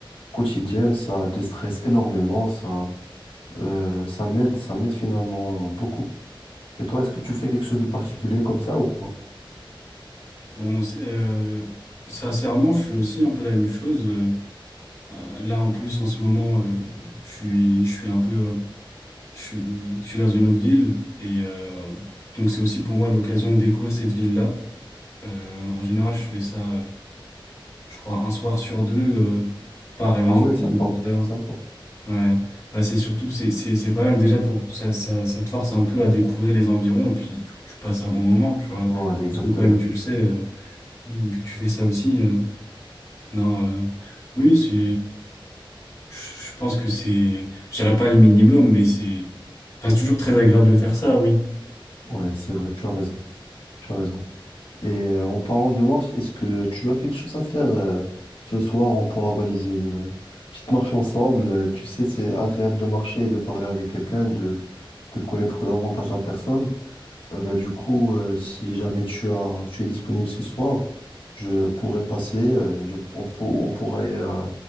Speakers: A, on the left; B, on the left.
A: quotidienne. Ça déstresse énormément, ça. Euh, ça m'aide, ça m'aide finalement hein, beaucoup. Et toi, est-ce que tu fais quelque chose de particulier comme ça ou pas?
B: Bon, c'est- euh, sincèrement, je fais aussi un peu la même chose. euh, euh, là, en plus, en ce moment, euh, je suis, je suis un peu Je suis, je suis dans une autre ville et euh, donc c'est aussi pour moi l'occasion de découvrir cette ville-là. Euh, en général, je fais ça, euh, je crois, un soir sur deux. euh, pareil,
A: Ah
B: je
A: ouais, sympa,
B: mets mes écouteurs.
A: sympa.
B: Ouais, bah, c'est surtout, c'est, c'est, c'est pas mal déjà pour ça, ça, ça te force un peu à découvrir les environs et puis tu, tu passes un bon moment, tu vois.
A: Voilà, exactement.
B: Parce que toi-même, tu le sais, euh, vu que tu fais ça aussi. euh, non, euh, oui, c'est, je je pense que c'est, je dirais pas les minimums, mais c'est, enfin, c'est toujours très agréable de faire ça, oui.
A: Ouais, c'est vrai, tu as raison, tu as raison. Et euh, en parlant de marche, est-ce que tu as quelque chose à faire euh, ce soir? On pourra organiser une euh, petite marche ensemble. Euh, Tu sais, c'est agréable de marcher et de parler avec quelqu'un, de, de connaître davantage la personne. Euh, bah, du coup, euh, si jamais tu as, tu es disponible ce soir, je pourrais passer. euh, je- on, pour- on pourrait euh,